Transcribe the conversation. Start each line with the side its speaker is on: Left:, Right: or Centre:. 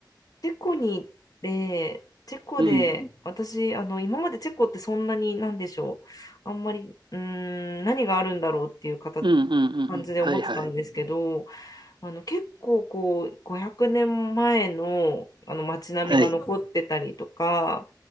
Left: チェコに行って、チェコうで、
Right: うん、
Left: ん私、あの、今までチェコってそんなに、なんでしょう、あんまり、うーん、何があるんだろうっていう形、
Right: うん、うん、うんうん。
Left: 感じで思ってたんですけど、
Right: はい、はい。
Left: あの、結構こう、500年前の、あの、街並みが残ってたりとか、
Right: はい。